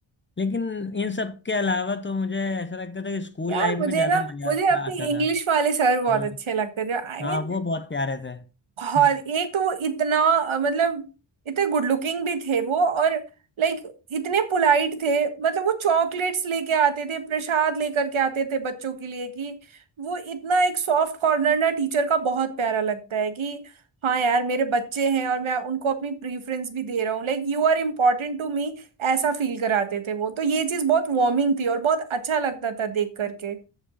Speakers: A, on the left; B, on the right.
A: लेकिन इन सब के अलावा तो मुझे ऐसा लगता था कि स्कूल
B: यार
A: लाइफ
B: मुझे
A: में ज्यादा
B: ना
A: मजा
B: मुझे
A: आता
B: अपने
A: आता
B: इंग्लिश
A: था
B: वाले सर बहुत
A: हाँ
B: अच्छे लगते थे आई
A: हाँ
B: I मीन
A: वो बहुत प्यारे थे
B: और
A: <laughs>
B: एक तो वो इतना अ, मतलब इतने गुड लुकिंग भी थे वो और लाइक इतने पोलाइट थे मतलब वो चॉकलेट्स लेके आते थे प्रसाद लेकर के आते थे बच्चों के लिए कि वो इतना एक सॉफ्ट कॉर्नर ना टीचर का बहुत प्यारा लगता है कि हाँ यार मेरे बच्चे हैं और मैं उनको अपनी प्रीफरेंस भी दे रहा हूँ like you are important to me ऐसा फील कराते थे वो तो ये चीज़ बहुत वार्मिंग थी और बहुत अच्छा लगता था देख करके